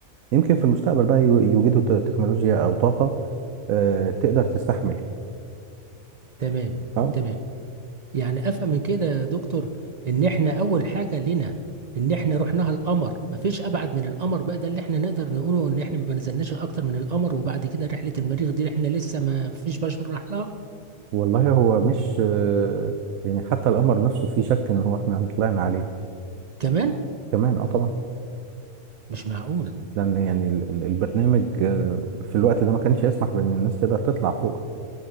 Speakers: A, on the right; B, on the right.
A: يمكن في المستقبل بقى يو- يوجدوا ت- تكنولوجيا او طاقه آه، تقدر تستحمل
B: تمام
A: اه
B: تمام يعني افهم من كده يا دكتور ان احنا اول حاجه لنا ان احنا رحناها القمر مفيش ابعد من القمر بقى ده اللي احنا نقدر نقوله ان احنا ما نزلناش اكتر من القمر وبعد كده رحله المريخ دي احنا لسه ما فيش بشر راح لها
A: والله هو مش آه، يعني حتى القمر نفسه في شك ان هو احنا طلعنا عليه
B: كمان
A: كمان اه طبعا
B: مش معقول
A: لان يعني ال- ال- البرنامج آه، في الوقت ده ما كانش يسمح بان الناس تقدر تطلع فوق